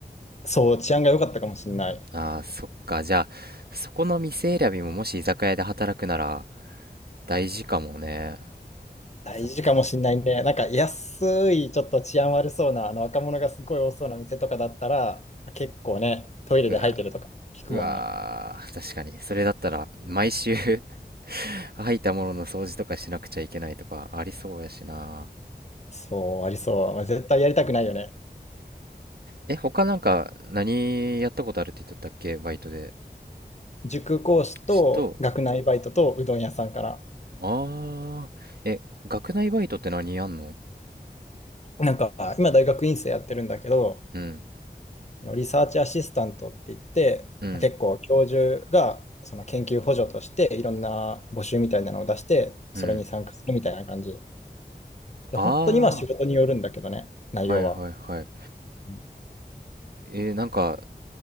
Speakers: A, on the left (about 40°); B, on the right (about 65°).
A: そう、治安が良かったかもしれない。
B: ああ、そっか。じゃあ、そこの店選びももし居酒屋で働くなら大事かもね。
A: 大事かもしれないね。
B: そっか。
A: なんか安い、ちょっと治安悪そうな、あの若者がすごい多そうな店とかだったら、結構ね、トイレで吐いてるとか聞くもんね。
B: うわ、うわー、確かに。それだったら、毎週 <laughs> 吐いたものの掃除とかしなくちゃいけないとかありそうやしな。
A: そう、ありそう。まあ、絶対やりたくないよね。
B: え、他なんか何やったことあるって言っとったっけバイトで。
A: 塾講師と学内バイトとうどん屋さんから。
B: ちょっと、ああ、え、学内バイトって何やんの
A: なんか、今大学院生やってるんだけど、
B: うん、
A: そのリサーチアシスタントって言って、
B: うん、
A: まあ結構教授がその研究補助としていろんな募集みたいなのを出して、それに参加するみたいな感じ。
B: うん。
A: で、
B: あ
A: 本当にまあ仕事によるんだけどね、内容は。
B: あ、はいはいはい。
A: うん
B: えーなんか、